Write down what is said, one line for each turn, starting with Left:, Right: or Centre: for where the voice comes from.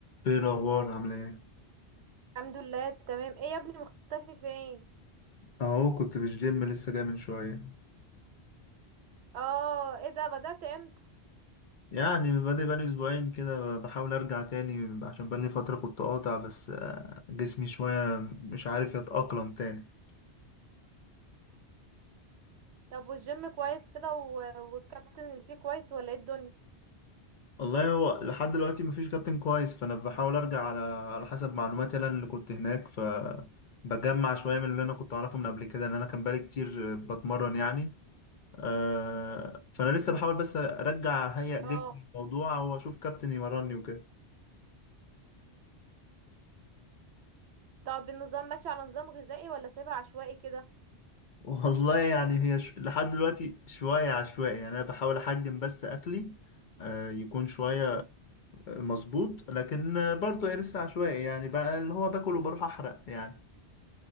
Left: ايه الاخبار عامله ايه
Right: الحمد لله تمام ايه يا ابني مختفي فين
Left: اهو كنت في الجيم لسه جاي من شويه
Right: اه ايه ده بدأت امتى
Left: يعني بادئ بقالي اسبوعين كده بحاول ارجع تاني عشان بقالي فتره كنت قاطع بس آه، جسمي شويه مش عارف يتاقلم تاني
Right: طب والجيم كويس كده و... والكابتن اللي فيه كويس ولا ايه الدنيا
Left: والله هو لحد دلوقتي مفيش كابتن كويس فانا بحاول ارجع على على حسب معلوماتي انا اللي كنت هناك ف بجمع شويه من اللي انا كنت اعرفه من قبل كده ان انا كان بقالي كتير بتمرن يعني آه، فانا لسه بحاول بس ارجع اهيئ جسمي
Right: اه
Left: الموضوع واشوف كابتن يمرني وكده
Right: طب النظام ماشي على نظام غذائي ولا سايبها عشوائي كده
Left: والله يعني هي ش... لحد دلوقتي شوية عشوائي يعني أنا بحاول أحجم بس أكلي آه، يكون شوية
Right: امم
Left: مظبوط لكن آه، برضه هي لسه عشوائي يعني بقى اللي هو باكل وبروح أحرق يعني